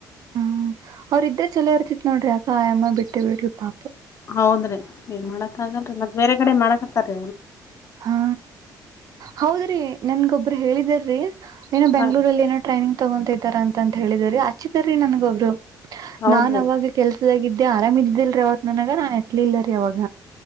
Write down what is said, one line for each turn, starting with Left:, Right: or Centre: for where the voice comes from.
Right: ಹ್ಮ ಅವ್ರ ಇದ್ರೆ ಚಲೋ ಇರ್ತಿತ್ ನೋಡ್ರಿ ಅಕ ಆಯಮ್ಮ ಬಿಟ್ಟೆ ಬಿಟ್ರು ಪಾಪ
Left: ಹೌದ್ರಿ ಇಲ್ ಮಾಡಕ್ ಆಗಲ್ರಿ ಮತ್ತ ಬೇರೆ ಕಡೆ ಮಾಡಕತ್ತಾರ್
Right: ಹಾ ಹೌದ್ರಿ ನನ್ಗೊಬ್ಬ್ರ ಹೇಳಿದರ ರೀ ಏನ ಬೆಂಗಳೂರ
Left: ಹಾ
Right: ಅಲ್ಲಿ ಏನೋ ಟ್ರೈನಿಂಗ್ ತಗೊತಾ ಇದಾರ ಅಂತ ಹೇಳಿದ್ರರಿ ಆಚ್ಚಚಿದ್ರೀ ನನ್ಗೊ ಅವ್ರು
Left: ಹೌದ್ರಿ
Right: ನಾನ್ ಅವಾಗ ಕೆಲ್ಸದಾಗಿದ್ದೆ ಆರಾಮ್ ಇದಿದ್ದಿಲ್ರಿ ಅವತ್ ನನಗ ನಾ ಎತ್ಲಿಲ್ಲರಿ ಅವಾಗ